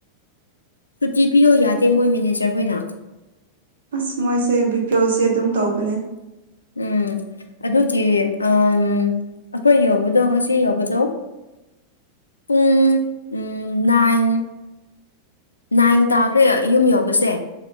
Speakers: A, on the left; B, on the right.
A: ꯁꯨꯇꯤ ꯄꯤꯌꯣ ꯌꯥꯗꯦ ꯃꯣꯏ ꯃꯦꯅꯦꯖꯔꯍꯣꯏꯅ
B: ꯑꯁ ꯃꯣꯏꯁꯦ ꯕꯤ ꯄꯤ ꯑꯦꯜꯁꯦ ꯑꯗꯨꯝ ꯇꯧꯕꯅꯦ
A: ꯎꯝ ꯑꯗꯨꯒꯤ ꯑꯝ ꯑꯩꯈꯣꯏ ꯌꯧꯕꯗꯣ ꯉꯁꯤ ꯌꯧꯕꯗꯣ ꯄꯨꯡ ꯎꯝ ꯅꯥꯏꯟ ꯅꯥꯏꯟ ꯇꯥꯈ꯭ꯔꯦ ꯌꯨꯝ ꯌꯧꯕꯁꯦ